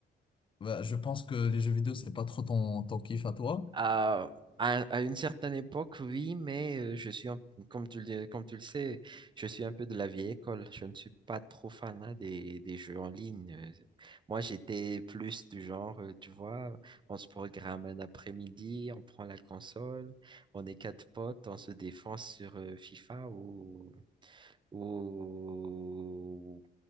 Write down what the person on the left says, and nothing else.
bah, je pense que les jeux vidéo, c'est pas trop ton, ton kiff à toi.